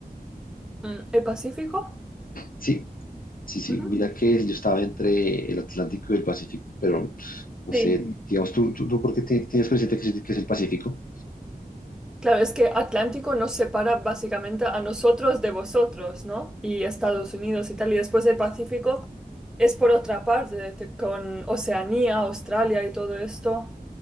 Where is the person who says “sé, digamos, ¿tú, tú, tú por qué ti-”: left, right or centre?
Left